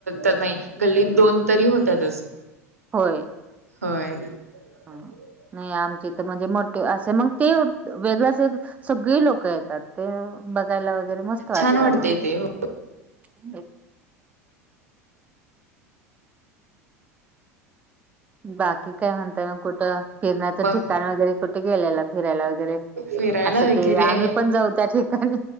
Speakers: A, on the right (about 80°); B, on the right (about 20°).
A: तर नाइ गल्लीत दोन तरी होतातच.
B: होय
A: होय हो
B: हं. नाही आमची तर म्हणजे मोठे असे मग ते वेगळच सगळी लोक येतात ते बघायला वगैरे मस्त वाटत
A: छान वाटतय
B: मग.
A: ते हो
B: बाकी काय म्हणताय मग कुठं फिरण्याचं
A: मग
B: ठिकाण वगैरे कुठे गेलेला फिरायला वगैर वगैरे
A: फिरायला
B: असं
A: वगैरे
B: की आम्ही पण जाऊ त्या ठिकाणी